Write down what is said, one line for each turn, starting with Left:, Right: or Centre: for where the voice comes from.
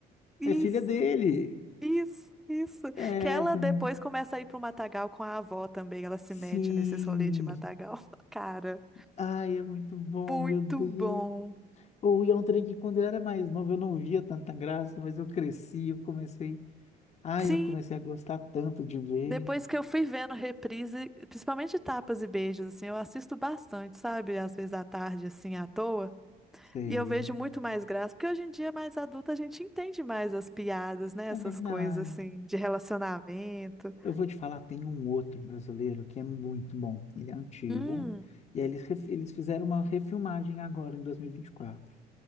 Centre: Isso,
Left: É filha dele.
Centre: isso, isso.
Left: É
Centre: Que ela
Left: essa
Centre: depois
Left: menina.
Centre: começa a ir pro Matagal com a avó também, ela se
Left: Sim.
Centre: mete nesses rolês de Matagal. <laughs> Cara,
Left: Ai, é muito bom,
Centre: muito
Left: meu Deus.
Centre: bom.
Left: Ou ia um trem que quando eu era mais novo eu não via tanta graça, mas eu cresci, eu comecei. Ai,
Centre: Sim,
Left: eu comecei a gostar tanto de ver.
Centre: Depois que eu fui vendo reprise, principalmente tapas e beijos, assim, eu assisto bastante, sabe? Às vezes à tarde, assim, à toa.
Left: Sei.
Centre: E eu vejo muito mais graça, porque hoje em dia, mais adulta, a gente entende mais as piadas, né? Essas
Left: É verdade.
Centre: coisas, assim, de relacionamento.
Left: Eu vou te falar, tem um outro brasileiro que é muito bom. Ele é antigo.
Centre: Hum,
Left: E aí eles, ref- eles fizeram uma refilmagem agora, em 2024.